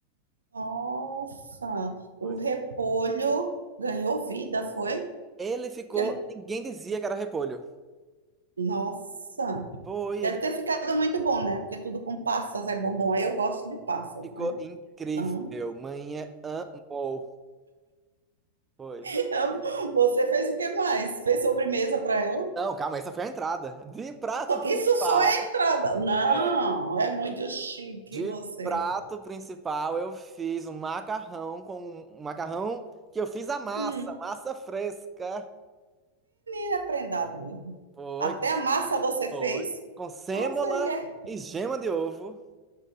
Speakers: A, on the right; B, on the right.
A: Nossa, o
B: Foi.
A: repolho ganhou vida, foi?
B: Ele ficou.
A: Porque,
B: Ninguém dizia que era repolho.
A: nossa,
B: Foi,
A: deve
B: ele
A: ter ficado muito bom, né? Porque tudo com passas é bom. Bom, eu gosto de passas,
B: Ficou
A: né?
B: incrível.
A: Então,
B: Manhã amou. Foi.
A: <laughs> você fez o que mais? Fez sobremesa para ela?
B: Não, calma, essa foi a entrada. De prato
A: Só-
B: principal,
A: Isso só é entrada. Não,
B: é,
A: é muito chique
B: de
A: você.
B: prato principal eu fiz um macarrão com um um macarrão que eu fiz a massa,
A: Hum,
B: massa fresca.
A: e aprendado mesmo.
B: Foi,
A: Até
B: com-
A: a massa você
B: foi.
A: fez.
B: Com sêmola
A: Nossa, e é.
B: e gema de ovo.